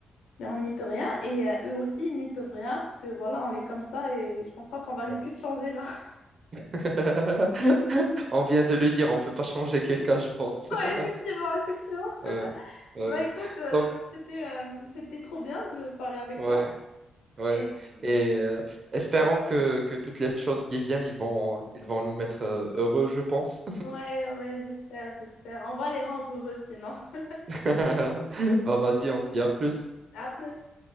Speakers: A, on the left; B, on the right.
A: mais on n'y peut rien. Et euh, eux aussi, ils n'y peuvent rien parce que voilà, on est comme ça et je pense pas qu'on va risquer
B: ouais.
A: de changer là. <laughs>
B: <laughs> On vient de le dire, on peut pas changer quelqu'un, je pense. <laughs>
A: Ouais, effectivement, effectivement.
B: Ouais, ouais.
A: Bah écoute, euh,
B: Donc,
A: c'était euh, c'était trop bien de parler avec
B: ouais.
A: toi.
B: Ouais.
A: Et euh,
B: Et euh, espérons que, que toutes les choses qui viennent, ils vont, ils vont nous mettre euh, heureux, je pense.
A: ouais, ouais, j'espère, j'espère. On va les rendre heureux sinon. <laughs>
B: <laughs> Bah, vas-y, on se dit à plus.
A: À plus.